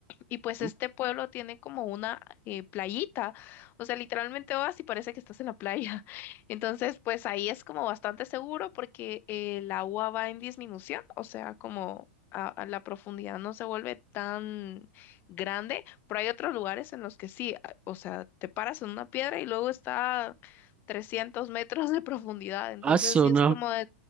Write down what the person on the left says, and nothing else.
y pues
este pueblo tiene como una eh, playita, o sea, literalmente vas y parece que estás en la playa. <laughs> Entonces, pues ahí es como bastante seguro porque eh, el agua va en disminución, o sea, como a, a la profundidad no se vuelve tan grande, pero hay otros lugares en los que sí, a- o sea, te paras en una piedra y luego está 300 metros de profundidad, entonces
sí
es como de